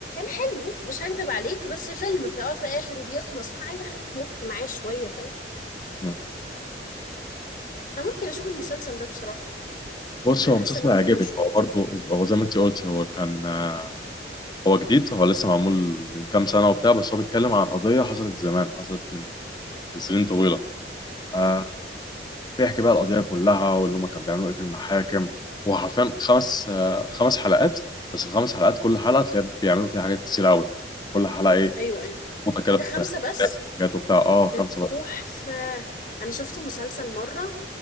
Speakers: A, on the left; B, on the left.
A: حلو مش هكدب عليك بس فيلم في الاول في الاخر وبيخلص فانا عايزه حاجه تمط معاه شويه فاهم
B: مم.
A: فممكن اشوف المسلسل ده بصراحه
B: بص
A: انا
B: هو
A: حاسه
B: مسلسل
A: اني
B: هيعجبك
A: ممكن اشوفه
B: هو برضه هو زي ما انت قلت هو كان آه، هو جديد هو لسه معمول من كام سنه وبتاع بس هو بيتكلم عن قضيه حصلت زمان حصلت من من سنين طويله آه، بيحكي بقى القضية كلها واللي هما كانوا بيعملوا ايه في المحاكم هو حرفيا خمس آه، خمس حلقات بس الخمس حلقات كل حلقة تلاقي بيعملوا فيها حاجات كتير قوي كل حلقة ايه
A: ايوه ايوه
B: نقطة كده
A: ايه ده خمسه
B: في
A: بس
B: حاجات وبتاع اه
A: ده
B: خمسة بقى
A: تحفه انا شفت مسلسل مره